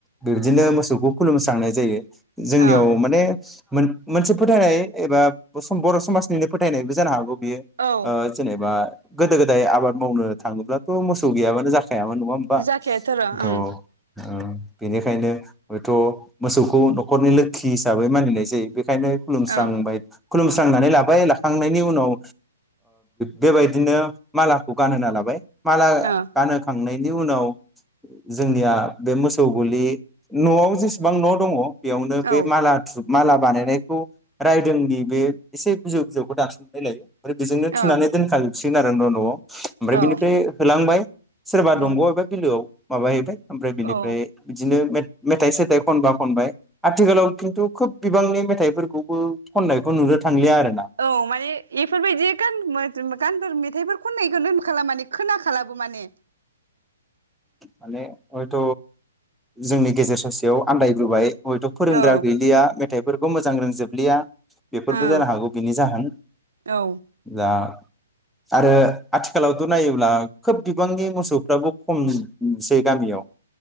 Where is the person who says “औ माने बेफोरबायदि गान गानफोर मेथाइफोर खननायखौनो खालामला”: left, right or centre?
Right